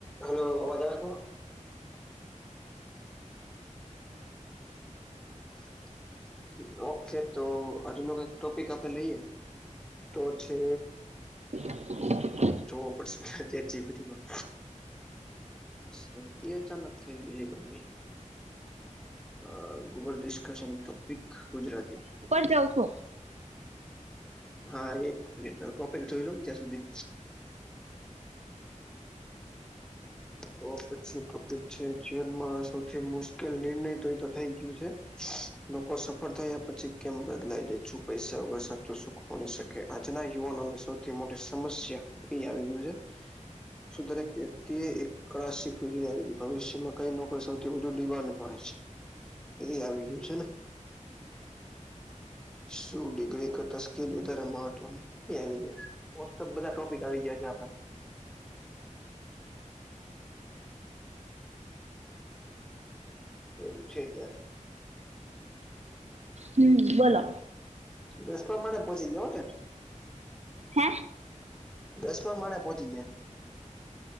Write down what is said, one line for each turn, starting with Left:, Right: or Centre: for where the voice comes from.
Centre: હલો આવાજ આવે છ મારો <inaudible> ઓખે તો આજનો કાંઈક ટોપિક આપે લઈએ તો છે
Right: <inaudible>
Centre: જો પડશે ચેટ જીપીટીમાં શરદી અચાનક થઈ ગઈ એ ગામની અ અવર ડિસ્કશન ટોપિક ગુજરાતી
Right: જવ છું.
Centre: હા એક મિનિટ અ ટોપિક જોઈ લવ જ્યાં સુધી તો પછી ટોપિક છે જીવનમાં સૌથી મુશ્કેલ નિરનય તો એ તો થઈ ગયું છે. લોકો સફળ થયા પછી કેમ બદલાય જાય છુ પૈસાવા સાચું સુખ મળી શકે આજના યુવાનોને સૌથી મોટી સમસ્યા ઈ આવી ગયું છે. શું દરેક વ્યક્તિએ એક કળા શીખવી જોઈ <unintelligible> ભવિષ્યમાં કઈ નોકરી સૌથી વધું <unintelligible> હોય છે. એય આવી ગયું છે ને શું ડિગ્રી કરતા સ્કિલ વધારે મહત્વની એ <unintelligible> મોસ્ટ ઑફ બધા ટોપિક આવી ગયા છે <unintelligible> એવું છે ત્યારે
Right: હમ્મ બોલો
Centre: દસમાં માળે પોંચી ગયો હો થેટ
Right: હે
Centre: દસમાં માળે પોંચી ગયા